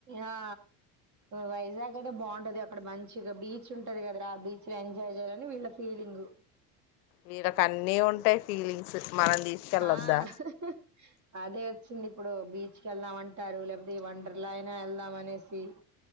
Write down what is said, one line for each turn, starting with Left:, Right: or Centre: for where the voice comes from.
Right: ఆ వైజాగ్ అయితే బాగుంటది అక్కడ మంచిగా బీచ్ ఉంటది రా కదా ఆ బీచ్ లో ఎంజాయ్ చేయాలని వీళ్ళ ఫీలింగ్
Left: వీళ్ళకు అన్నీ ఉంటాయి ఫీలింగ్స్ మనం తీసుకెళ్ళొద్దా
Right: ఆ హా అదే వచ్చింది ఇప్పుడు బీచ్ కి వెళ్దాం అంటారు లేకపోతే వండర్ లా అయినా వెళ్దాం అనేసి